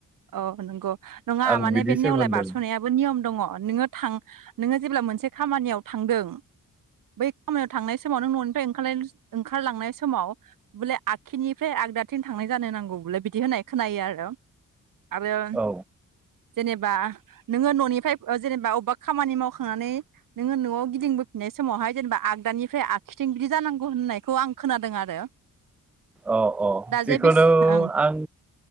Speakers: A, on the right; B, in the centre.
A: औ नंगौ नङा
B: आं
A: माने
B: बिदिसो
A: बे नेवलाय
B: मोनदों
A: बारस'नाया नियम दङ नोङो थां नोङो जेब्ला मोनसे खामानियाव थांदों बै खामानियाव थांनाय समाव नों न'निफ्रायओंखार ओंखारलांनाय समाव बले आकिनिफ्राय आगदा थिं थांनाय जानो नांगौ बलाय बिदि होननाय खोनायो आरो। आरो
B: औ
A: जेनेबा नोङो न'निफ्राय ओ जेनेबा अबेबा खामानि मावखांनानै नोङो न'आव गिदिंबोफिननाय समावहाय जेनेबा आगदानिफ्राय आकिथिं बिदि जानांगौ होननायखौ आं खोनादों आरो।
B: अ औ
A: दा
B: जिखुनु
A: जे बेस ओं
B: आं